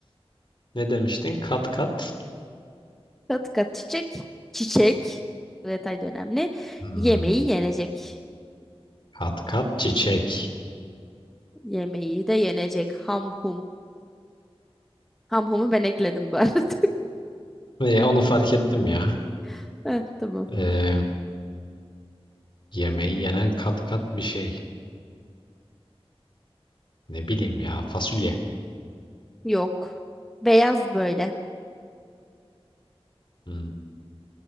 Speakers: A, on the left; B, in the centre.
A: Ne demiştin? Kat kat.
B: Kat kat çiçek. Çiçek. Bu detay da önemli.
A: Hmm.
B: Yemeği yenecek.
A: Kat kat çiçek.
B: Yemeği de yenecek. Ham hum. Ham humu ben ekledim bu arada.
A: Ve onu fark ettim ya.
B: <laughs> Heh, tamam.
A: Ee, yemeği yenen kat kat bir şey. Ne bileyim ya fasulye.
B: Yok. Beyaz böyle.
A: Hmm.